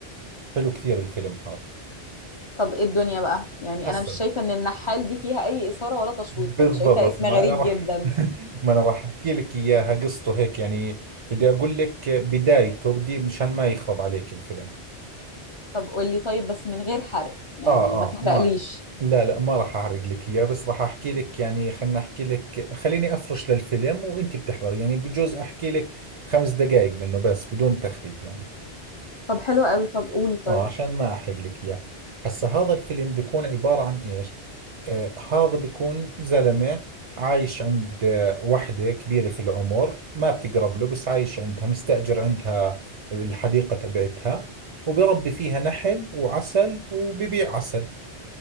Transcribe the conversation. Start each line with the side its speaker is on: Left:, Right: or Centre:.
Right: حلو كثير الفيلم هذا
Left: طب ايه الدنيا بقى يعني
Right: حسن
Left: انا مش شايفة ان النحال دي فيها اي اثارة ولا تشويق
Right: بالضبط
Left: انا شايفة اسم
Right: ما
Left: غريب
Right: انا راح
Left: جدا
Right: <laughs> ما انا راح احكي لك اياها قصته هيك يعني بدي اقول لك بدايته بدي مشان ما يخرب عليك الفيلم
Left: طب قولي طيب بس من غير حرق يعني
Right: اه
Left: ما
Right: اه
Left: تحرقليش
Right: ما لا لا ما راح احرق لك اياه بس راح احكي لك يعني خلنا احكي لك خليني افرش للفيلم وانت بتحضري يعني بجوز احكي لك خمس دقائق منه بس بدون تخريب يعني
Left: طب حلو قوي طب قولي طيب
Right: اه عشان ما احرق لك اياه هسا هذا الفيلم بيكون عبارة عن ايش آه هذا بيكون زلمة عايش عند آه، وحدة كبيرة في العمر ما بتقرب له بس عايش عندها مستأجر عندها الحديقة تبعتها وبربي فيها نحل وعسل وببيع عسل